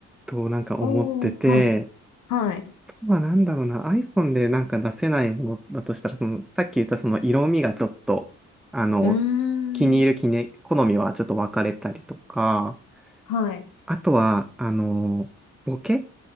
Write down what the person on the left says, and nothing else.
おー、はい。はい。
うーん。
はい。